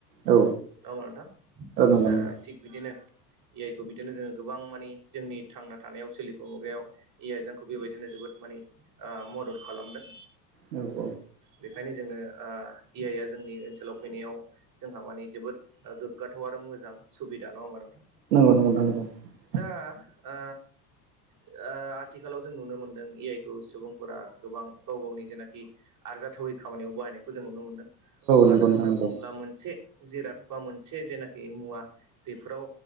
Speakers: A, on the right; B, on the right.
A: औ
B: नङा होमबा नोंथां
A: नंगौ
B: ओ
A: नंगौ नोंथां
B: थिग बिदिनो ए आइखौ बिदिनो जोङो गोबां माने जोंनि थांना थानायाव सोलिफु मुगायाव ए आइ जोंखौ बेबायदिनो जोबोद माने ओ मदद खालामदों।
A: औ
B: बेखायनो जोंनो ओ ए आइआ जोंनि ओनसोलाव फैनायाव जोंहा माने जोबोद गोग्गाथाव आरो मोजां सुबिदा नङा होमबा नोंथां?
A: नोंगौ नोंगौ नोंथां नंगौ।
B: दा ओ ओ आथिखालाव जों नुनो मोनदों ए आइ खौ सुबुंफोरा गोबां गाव गावनि जेनाखि आरजा जाथावै खामानियाव बाहायनायखौ जों नुनो मोन्दों मानो
A: नंगौ नोंथां
B: होनना
A: नंगौ
B: बुङोब्ला मोनसे जिराद बा मोनसे जेनाखि मुवा बेफोराव